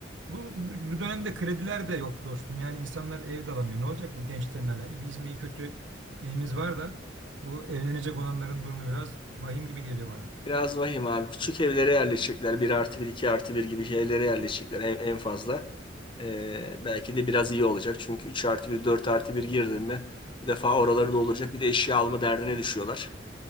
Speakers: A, on the right; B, on the left.
A: bu, bu bu dönemde krediler de yok dostum. Yani insanlar ev de alamıyor. Ne olacak bu gençlerin hala? Bizim iyi kötü evimiz var da bu evlenecek olanların durumu biraz vahim gibi geliyor bana.
B: Biraz vahim abi. Küçük evlere yerleşecekler. bir artı bir 2 artı bir gibi evlere yerleşecekler en, en fazla. Ee, belki de biraz iyi olacak. Çünkü üç artı bir 4 artı bir girdin mi bir defa oraları dolduracak. Bir de eşya alma derdine düşüyorlar.